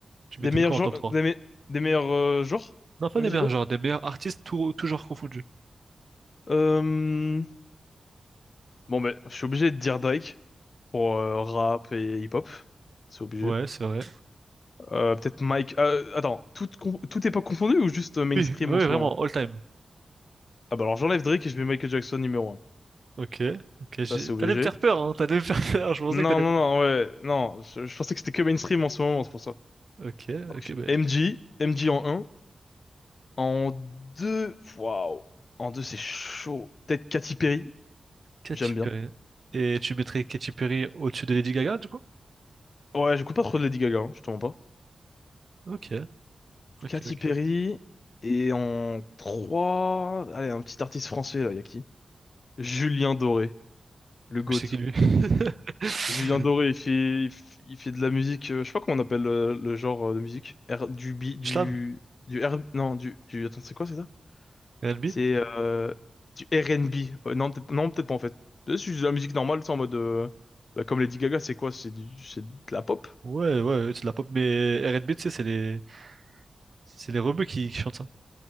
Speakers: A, on the right (about 55°); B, on the left (about 50°).
A: tu mettrais
B: Des meilleurs
A: quoi
B: genres,
A: en top trois
B: des, me- des meilleurs euh, genres
A: Non, pas
B: musicaux?
A: des meilleurs, genre des meilleurs artistes tout, toujours confondus.
B: Euh, Bon, ben, je suis obligé de dire Drake pour euh, rap et hip-hop. C'est obligé.
A: Ouais, c'est vrai.
B: Euh, peut-être Mike. euh, attends, toute, con- toute époque confondue ou juste euh, mainstream
A: Oui, oui,
B: en ce
A: vraiment,
B: moment?
A: all time.
B: Ah bah alors j'enlève Drake et je mets Michael Jackson numéro un.
A: Ok, ok, j'ai-
B: Ça c'est obligé.
A: t'allais me faire peur, hein, t'allais me faire peur, je pensais
B: Non,
A: que t'allais...
B: non, non, ouais, non, je, je pensais que c'était que mainstream en ce moment, c'est pour ça.
A: Ok,
B: Donc,
A: ok, ben,
B: MJ, MJ en un, En deux. waouh. En 2 c'est chaud. Peut-être Katy Perry,
A: Katy
B: j'aime bien.
A: Perry. Et tu mettrais Katy Perry au-dessus de Lady Gaga, du coup?
B: Ouais, j'écoute pas trop de Lady Gaga, hein, je te mens pas.
A: Ok, ok,
B: Katy
A: ok.
B: Perry. Et en trois. allez, un petit artiste français là, y a qui? Julien Doré, le GOAT.
A: Je sais qui lui. <laughs>
B: Julien Doré, il fait, il f- il fait de la musique, euh, je sais pas comment on appelle euh, le, genre euh, de musique. R- du B, du,
A: Du slam?
B: du R, non, du, du, attends, c'est quoi, c'est ça?
A: R&B?
B: C'est euh, du R&B. Euh, non, peut-être, non, peut-être pas en fait. C'est juste de la musique normale, c'est en mode, euh, bah, comme Lady Gaga, c'est quoi? C'est du- c'est de la pop?
A: Ouais, ouais, c'est de la pop, mais R&B, tu sais, c'est les... C'est les rebeux qui, qui chantent ça,